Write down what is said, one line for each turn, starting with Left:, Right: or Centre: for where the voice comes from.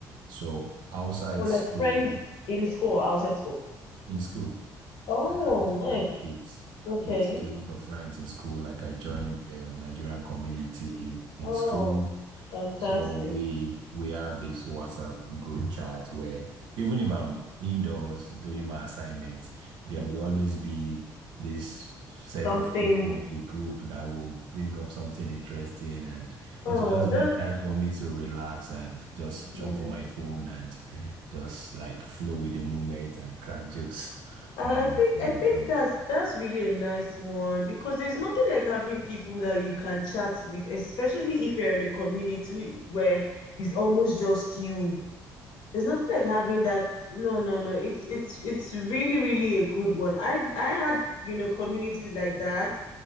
Right: So outside
Left: Or like
Right: school,
Left: friends in school, outside school.
Right: in school,
Left: Oh,
Right: I tried to
Left: nice.
Right: communicate
Left: Okay.
Right: with a lot of friends in school. Like I joined the Nigerian community in
Left: Oh,
Right: school.
Left: fantastic.
Right: So we we have this WhatsApp group chat where even if I'm indoors doing my assignments, there will always be this set
Left: Something.
Right: of people in the group that will bring up something interesting and
Left: Oh,
Right: it will just
Left: that
Right: be a time for me to relax and just
Left: Yeah.
Right: jump on my phone and just like flow with the moment and crack jokes <laughs>
Left: I
Right: on
Left: I think
Right: the
Left: I think
Right: group.
Left: that's that's really a nice one because there's nothing like having people that you can chat with, especially if you're in a community where it's almost just you. There's nothing like having that. No, no, no. It's it's it's really, really a good one. I I had, you know, communities like that,